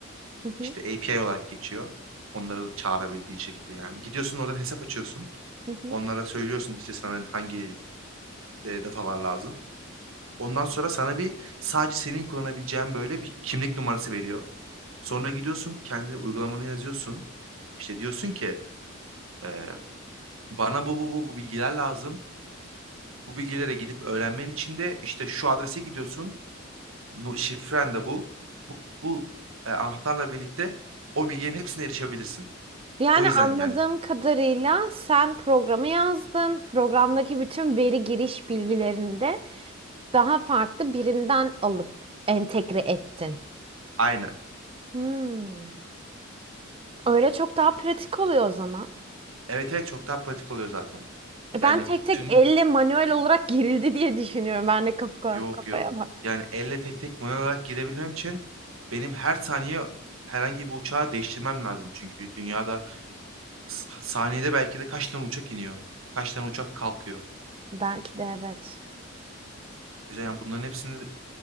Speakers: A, on the right; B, on the right.
A: Hı hı,
B: İşte API olarak geçiyor. Onları çağırabildiğin şekilde yani. Gidiyorsun oradan hesap açıyorsun.
A: hı hı.
B: Onlara söylüyorsun işte sana hangi e, datalar lazım. Ondan sonra sana bir sadece senin kullanabileceğin böyle bir kimlik numarası veriyor. Sonra gidiyorsun kendi uygulamanı yazıyorsun. İşte diyorsun ki e, bana bu, bu bu bu bilgiler lazım. Bu bilgilere gidip öğrenmen için de işte şu adrese gidiyorsun. Nu- Şifren de bu. Bu e, anahtarla birlikte o bilgilerin hepsine erişebilirsin.
A: Yani
B: O yüzden
A: anladığım
B: yani
A: kadarıyla sen programı yazdın. Programdaki bütün veri giriş bilgilerini de daha farklı birinden alıp entegre ettin.
B: aynen.
A: Hmm. Öyle çok daha pratik oluyor o zaman.
B: Evet evet çok daha pratik oluyor zaten.
A: E,
B: Yani
A: Ben tek tek
B: tüm
A: elle manuel olarak girildi diye düşünüyorum. Ben de kafa,
B: Yok
A: kafaya
B: yok.
A: bak.
B: Yani elle tek tek manuel olarak girebilmem için benim her saniye herhangi bir uçağı değiştirmem lazım çünkü dünyada s- saniyede belki de kaç tane uçak iniyor, kaç tane uçak kalkıyor.
A: Belki de evet.
B: O yüzden yani bunların hepsini